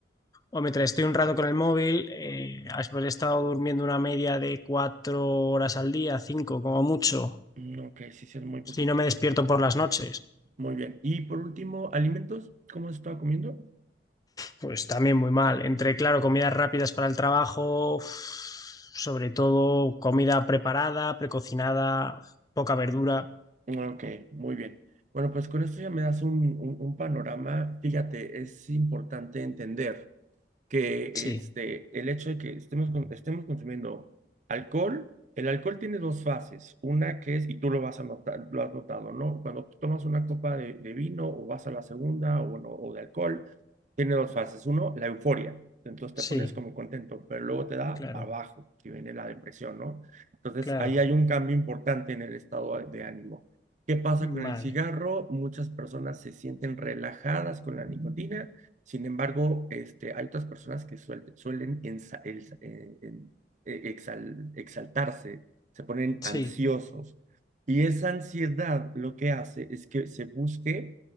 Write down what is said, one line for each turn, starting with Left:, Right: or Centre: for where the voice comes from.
Left: O mientras estoy un rato con el móvil, eh, después he estado durmiendo una media de cuatro horas al día, cinco como mucho,
Right: mm, ok, sí, sí, es muy poquito.
Left: si no me despierto por las noches,
Right: Muy bien. Y por último, alimentos, ¿cómo has estado comiendo?
Left: pues también muy mal. Entre, claro, comidas rápidas para el trabajo, uf, sobre todo comida preparada, precocinada, poca verdura.
Right: Ok, muy bien. Bueno, pues con esto ya me das un, un- un panorama. Fíjate, es importante entender que
Left: Sí,
Right: este, el hecho de que estemos, con- estemos consumiendo alcohol, el alcohol tiene dos fases. Una que es, y tú lo vas a notar, lo has notado, ¿no? Cuando tú tomas una copa de, de vino o vas a la segunda o, no, o de alcohol, tiene dos fases. Uno, la euforia. Entonces te
Left: sí,
Right: pones como contento, pero luego te da
Left: claro,
Right: para abajo, que viene la depresión, ¿no? Entonces
Left: claro,
Right: ahí hay un cambio importante en el estado de de ánimo. ¿Qué pasa
Left: vale,
Right: con el cigarro? Muchas personas se sienten relajadas con la nicotina sin embargo, este, hay otras personas que suel- suelen ensa- el- eh, en- eh, exal- exaltarse, se ponen
Left: sí,
Right: ansiosos. Y esa ansiedad lo que hace es que se busque